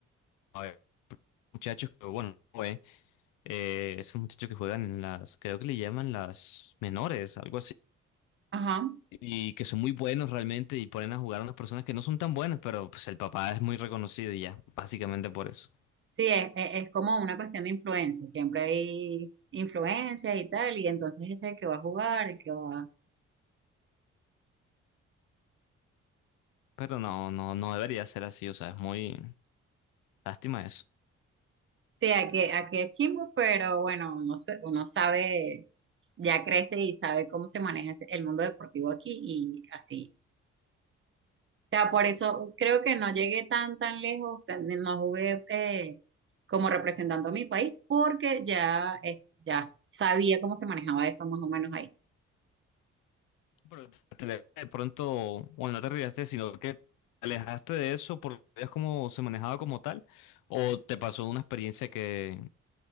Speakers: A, on the left; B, on the right.
A: hay muchachos que, bueno, eh, eh, esos muchachos que juegan en las, creo que le llaman las menores, algo así.
B: Ajá.
A: y que son muy buenos realmente y ponen a jugar a unas personas que no son tan buenas, pero pues el papá es muy reconocido y ya, básicamente por eso.
B: Sí, es, es- es como una cuestión de influencia, siempre hay influencias y tal, y entonces es el que va a jugar, el que va...
A: Pero no, no, no debería ser así, o sea, es muy lástima eso.
B: Sí, aquí, aquí es chimbo, pero bueno, uno, se- uno sabe, ya crece y sabe cómo se maneja ese- el mundo deportivo aquí y así. O sea, por eso creo que no llegué tan, tan lejos, o sea, no jugué eh, como representando a mi país, porque ya, eh, ya sabía cómo se manejaba eso más o menos ahí.
A: Pero te le- de pronto, bueno, no te arriesgaste, sino que te alejaste de eso porque veías cómo se manejaba como tal, o te pasó una experiencia que